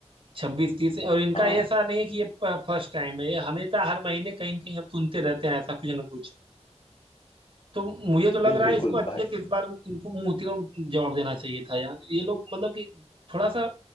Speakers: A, on the right; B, on the left.
A: छब्बीस तीस और इनका
B: हाँ
A: ऐसा नहीं है कि ये फर्स्ट टाइम है ये हमेशा हर महीने कहीं ना कहीं हम सुनते रहते हैं ऐसा कुछ ना कुछ तो मुझे तो लग
B: नहीं
A: रहा
B: बिल्कुल
A: है इसको अच्छे
B: भाई
A: से इस बार इनको मुंह उतिकोड़ जवाब देना चाहिए था यार ये लोग मतलब कि थोड़ा सा